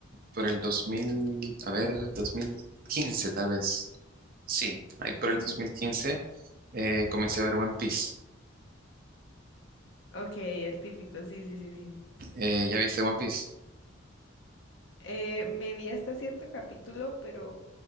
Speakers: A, on the right; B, on the left.
A: por el 2000, a ver, 2015 tal vez, sí, ahí por
B: Ujú.
A: el 2015 eh, comencé a ver One Piece.
B: Ok, el típico, sí, sí, sí, sí.
A: Eh, ¿ya viste One Piece?
B: Eh, me vi hasta cierto capítulo, pero